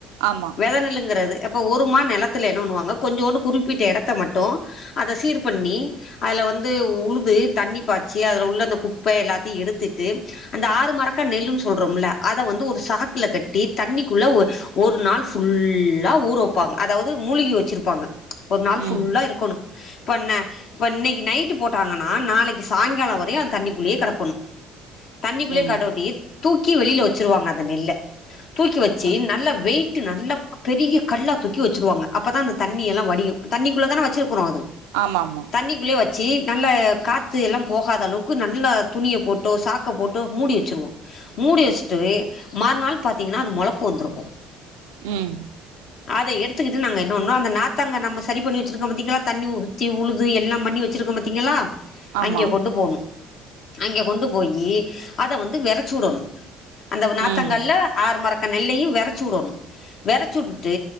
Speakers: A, on the right; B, on the left.
A: ஆமா
B: வித நெல்லுங்கறது அப்ப ஒ துமா நெலத்தல என்ன பண்ணுவாங்க கொஞ்சோன்னு குறிப்பிட்ட எடத்த மட்டு அத சீர் பண்ணி அதுல வந்து உழுது தண்ணி பாச்சி அதுல உள்ள அந்த குப்பை எல்லாத்தையு எடுத்துட்டு அந்த ஆறு மரக்கா நெல்லுன்னு சொல்றோம்ல அத வந்து ஒரு சாக்குல கட்டி தண்ணிக்குள்ள ஒ ஒரு நாள் ஃபுல்லா ஊறு ப்பாங்க அதாவது மூழ்கி வச்சுருப்பாங்க ஒரு நாள் ஃபுல்லா
A: ம்
B: இருக்கணு இப்பன்ன இப்ப இன்னைக்கு நைட்டு போட்டாங்கன்னா நாளைக்கு சாய்ங்கால வரையு அது தண்ணிக்குள்ளயே கிடக்கணு தண்ணிக்குள்ளேயே
A: ம்
B: கடோட்டி தூக்கி வெளில வச்சிருவாங்க அந்த நெல்ல தூக்கி வச்சு
A: அ
B: நல்லா வெயிட் நல்லா பெரிய கல்லா தூக்கி வச்சிருவாங்க அப்பதா அந்த தண்ணி எல்லா வடியும் தண்ணிக்குள்ள தானே வச்சிருக்கனும் அது
A: ஆமா ஆமா
B: தண்ணிக்குள்ளேயே வச்சு நல்லா காத்து எல்லாம் போகாத அளவுக்கு நல்லா துணிய போட்டோ சாக் க்க போட்டோ மூடி வச்சிருவோ மூடி வச்சுட்டு மறுநாள் பாத்தீங்கன்னா அது முளப்பு வந்திருக்கு
A: ம்
B: அதை எடுத்துக்கிட்டு நாங்க பண்ணோ அந்த நார்த்தாங்க நம்ம சரி பண்ணி வச்சிருக்கோம் பாத்தீங்களா தண்ணி ஊத்தி உழுது எல்லாம் பண்ணி ச்சிருக்கோ பாத்தீங்களா
A: ஆமா
B: அங்கே கொண்டு போணு அங்க கொண்டு போயி அதை வந்து வெறச்சு விடணும் அந்த நார்த்தங்கால்ல
A: ம்
B: ஆறு மரக்க நெல்லையும் வெறச்சு உடணும் வெறச்சி விட் ட்டு